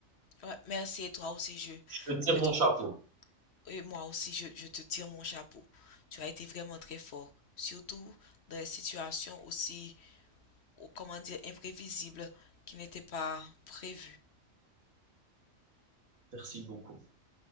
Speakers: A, on the left; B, on the right.
A: Ouais, merci et toi aussi, je,
B: Je te tire
A: je trouve.
B: mon chapeau.
A: Et moi aussi, je, je te tire mon chapeau. Tu as été vraiment très fort, surtout dans des situations aussi, ou comment dire, imprévisibles qui n'étaient pas prévues.
B: Merci beaucoup.